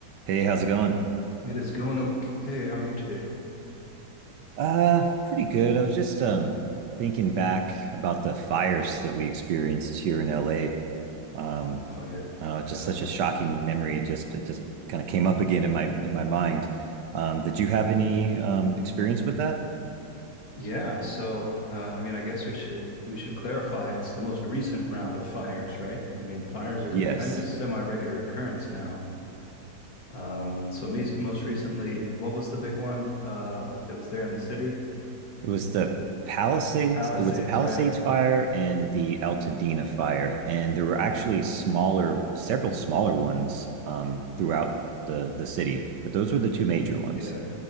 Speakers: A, on the right; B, on the left.
A: Hey, how's it going?
B: It is going okay. How are you today?
A: Uh, pretty good. I was just um thinking back about the fires that we experienced here in LA. Um,
B: Oh yeah.
A: uh, just
B: Yeah.
A: such a shocking memory. Just it just kind of came up again in my in my mind. Um, did you have any um experience with that?
B: Yeah, so uh, I mean I guess we should we should clarify it's the most recent round of fires, right? I mean fires
A: Yes.
B: are kind of a semi-regular occurrence now. Um so me most recently, what was the big one uh that was there in the city?
A: It was the Palisades,
B: Palisades,
A: it was the Palisades
B: right?
A: fire and the Altadena fire. And there were actually smaller, several smaller ones um throughout the the city, but those were the two major ones.
B: Yeah.